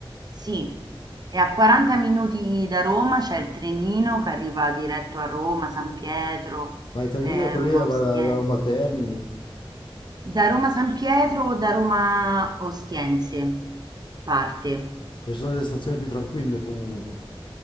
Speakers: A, on the right; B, on the left.
A: Sì, e a 40 minuti da Roma c'è il trenino che arriva diretto a Roma, San Pietro,
B: Ma il trenino
A: eh,
B: quello
A: Roma
B: lì
A: Ostiense.
B: va da, da Roma a Termini.
A: Da Roma San Pietro o da Roma Ostiense parte.
B: Queste sono delle stazioni più tranquille comunque.